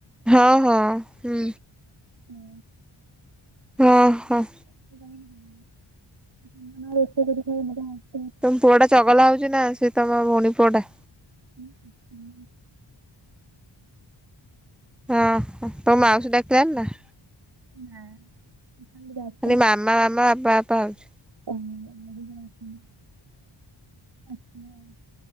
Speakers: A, in the centre; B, on the right.
A: ହଁ ହଁ ହୁଁ।
B: ହୁଁ।
A: ହଁ ହଁ।
B: <inaudible>
A: ତମ ପୁଅ ଟା ଚଗଲା ହଉଛି ନା ସିଏ ତମ ଭଉଣୀ ପୁଅ ଟା?
B: ହଁ ହୁଁ।
A: ହଁ ମାଉସୀ ଡାକିଲାଣି ନା?
B: ନାଁ। <unintelligible>
A: ଖାଲି ମାମା ମାମା ବାପା ବାପା ହଉଛି।
B: <unintelligible>